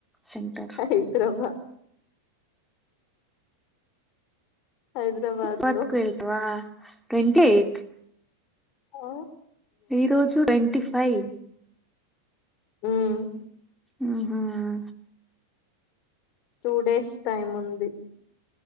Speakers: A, in the centre; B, on the left.
A: సెంటర్
B: ఇద్దరమా. హైదరాబాద్
A: వత్కు
B: లో.
A: వెళ్తవా ట్వంటీ ఎయిత్.
B: ఆహ్ ఓ.
A: ఈ రోజు ట్వీట్ ఫైవ్.
B: ఉమ్మ్.
A: అవునా.
B: టూ డేస్ టైం ఉంది